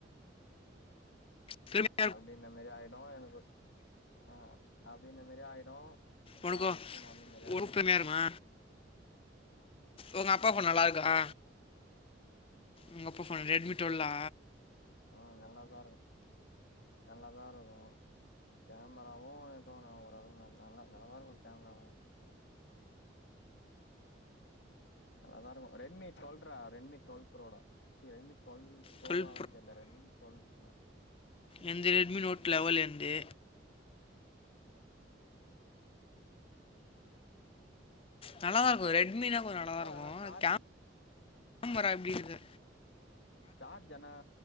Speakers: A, on the left (about 30°); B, on the left (about 65°).
A: பெருமே
B: அப்டி இந்த மாரி ஆயிடு எனக்கு ஆ அப்டி இந்த மாரி ஆயிடு
A: உனக்கோ
B: வேற
A: ஒ
B: ஒரு ஃபோன் வந்த மாரி ஆயிடு
A: பொறுப்பு
B: எனக்கு
A: மே ஆயிருமா உங்க அப்பா ஃபோன்
B: ம்
A: நல்லா இருக்கா உங்க அப்பா ஃபோன் ரெட்மி டுவல்லா
B: ஆ நல்லாதா இருக்கு நல்லாதா இருக்கு கேமராவு ஏதோ நா ஓரளவு நல்லா நல்லா நல்லாதா இருக்கு கேமராவு நல்லா தா இருக்கு ரெட்மி டு்வல்ரா ரெட்மி டு்வல் ப்ரோ டா கி ரெட்மி டுவல் ப்ரோ
A: டுவெல்
B: வாலா தெர்ல ரெட்மி டுவேல் ஆனா
A: என்து ரெட்மி நோட் லெவல்
B: ம்
A: என்து நல்லா தா இருக்கு ரெட்மினா
B: ம்
A: கொஞ்ச
B: எங்க
A: நல்லா
B: அப்பா
A: தா இருக்கு
B: ஆனா சார்ஜ்
A: கேம் கேமரா எப்டி இருக்து
B: சார்ஜ் ஆனா